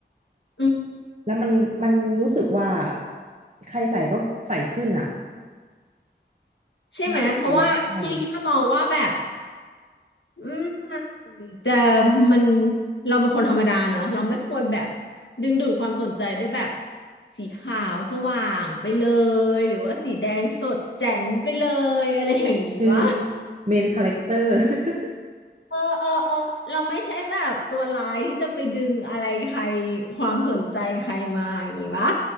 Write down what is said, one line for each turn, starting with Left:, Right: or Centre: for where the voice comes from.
Left: อืม
Right: ๆแล้วมันมันรู้สึกว่าใครใส่ก็ใส่ขึ้นอะ
Left: ใช่ไหมเพราะว่าพี่แค่มองว่าแบบ
Right: ทานไม่เสีอะไรก็เอา
Left: อืมจะมันเราเป็นคนธรรมดาเนาะเราไม่ควรแบบดึงดูดความสนใจด้วยแบบสีขาวสว่างไปเลยหรือว่าสีแดงสดแจ๋นไปเลยอะไรอย่างนี้วะ
Right: เออเมนคาแรคเตอร์ <laughs>
Left: เออเออเออเราไม่ใช่แบบตัวร้ายที่จะไปดึงอะไรใครความสนใจใครมาอย่างนี้วะ